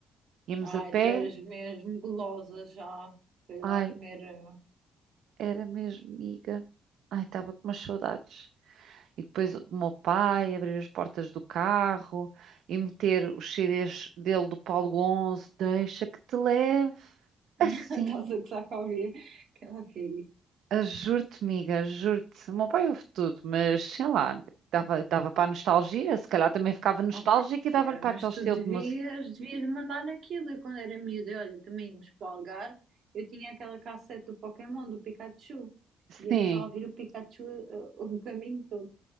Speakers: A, on the right (about 75°); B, on the right (about 60°).
A: Íamos
B: Ai,
A: a pé,
B: tu eras mesmo gulosa já para ir
A: ai,
B: lá comer. eh,
A: era mesmo, amiga. Ai, estava com umas saudades. E depois o meu pai abrir as portas do carro e meter os CDs dele do Paulo 11, deixa que te leve.
B: <laughs>
A: Assim.
B: Estás a gozar com a Bia, que ela fez isso.
A: Ah, Juro-te, amiga, juro-te. O meu pai ouve tudo, mas sei lá, dava, dava para a nostalgia, se calhar também ficava nostálgica
B: Ok,
A: e
B: tia,
A: dava-lhe para aquele
B: mas tu
A: estilo
B: devias,
A: de música.
B: devias mandar naquilo. Eu, quando era miúda, e olha, também íamos para o Algarve. Eu tinha aquela cassete do Pokémon, do Pikachu.
A: Sim,
B: Íamos a ouvir o Pikachu eh, o caminho todo,